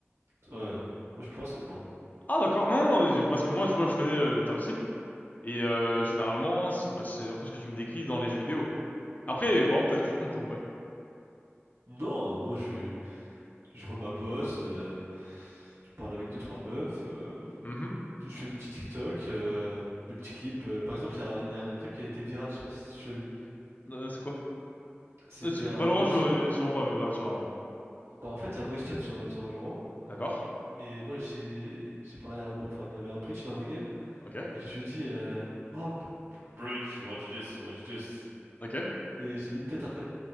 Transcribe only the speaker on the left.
Ah d'accord. Non, non, non, parce que moi, tu vois, je connais euh, le terme simp. Et euh, généralement, c'est bah, c'est un peu ce que tu me décris dans les jeux vidéo. Après, vraiment, peut-être que je peux me tromper.
Mhm.
Euh, c'est quoi?
Euh, c'est-
Valorant,
je
sûrement pas vu Val- sur Valorant.
D'accord.
Ok.
Ok.